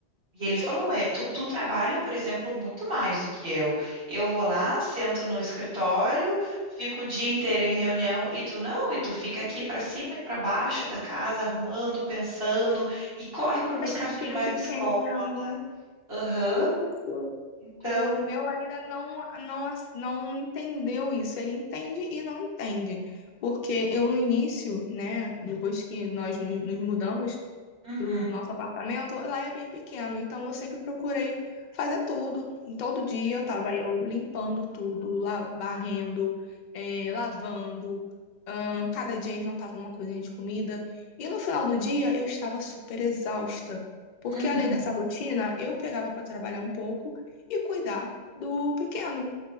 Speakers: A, on the right; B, on the left.
A: E ele
B: Sim,
A: falou, é, tu, tu trabalha, por exemplo, muito mais do que eu. Eu vou lá, sento no escritório, fico o dia inteiro em reunião e tu não, e tu fica aqui para cima e para baixo da casa, arrumando, pensando e corre para buscar
B: tem um
A: filho
B: filho
A: na
B: pequeno,
A: escola. Aham.
B: isso.
A: Então,
B: O meu ainda não, não, ass- não entendeu isso. Ele entende e não entende. Porque eu, no início, né, depois que nós nos nos mudamos,
A: uhum,
B: pro nosso apartamento, lá é bem pequeno, então eu sempre procurei fazer tudo. Todo dia eu estava eu limpando tudo, la- varrendo, eh, lavando. ahn, cada dia eu inventava uma coisinha de comida. E no final do dia eu estava super exausta, porque
A: uhum,
B: além dessa rotina, eu pegava para trabalhar um pouco e cuidar do pequeno.